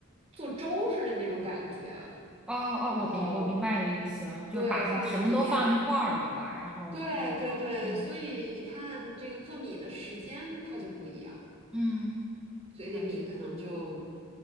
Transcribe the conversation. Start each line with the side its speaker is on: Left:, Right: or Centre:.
Right: 做粥似的那种感觉，
Centre: 哦哦，
Right: 然后
Centre: 我明我明白你的意思，就是把什么都放一块儿，
Right: 对放在里面，
Centre: 对吧？然后那什么，
Right: 对对对，
Centre: 嗯
Right: 所以你看这个做米的时间它就不一样，
Centre: 嗯，
Right: 所以那米可能就
Centre: 对，